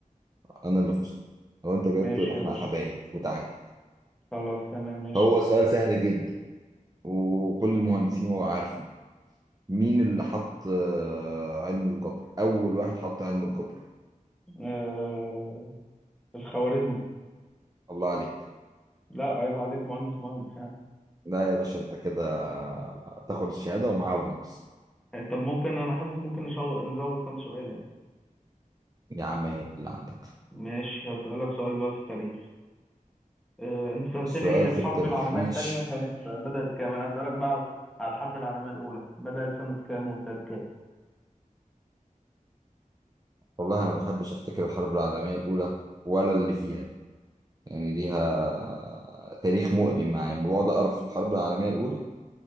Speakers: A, on the right; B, in the centre.
A: أنا اللي فزت لو أنت جاوبته
B: ماشي
A: يبقى
B: يا
A: إحنا
B: باشا
A: حبايب وتعادل
B: خلاص تمام ماشي
A: هو سؤال سهل جدا وكل المهندسين هو عارفين مين اللي حط آه، علم الجبر أول واحد حط علم الجبر
B: آه... الخوارزمي
A: الله عليك
B: لا عيب عليك مهندس مهندس يعني
A: لا يا باشا أنت كده تاخد الشهادة ومعاها بونص
B: آه، طب ممكن انا حاسس ممكن نشو... نزود كام سؤال يعني
A: يا عم هات اللي عندك
B: ماشي هسألك سؤال بقى في التاريخ آه... انت سألتني
A: السؤال
B: الحرب
A: في التاريخ
B: العالمية
A: ماشي
B: التانية كانت بدأت كام انا هسألك بقى على على الحرب العالمية الأولى بدأت سنة كام وانتهت كام
A: والله أنا ما بحبش أفتكر الحرب العالمية الأولى ولا اللي فيها يعني ليها تاريخ مؤلم معايا لما بقعد أقرأ في الحرب العالمية الأولى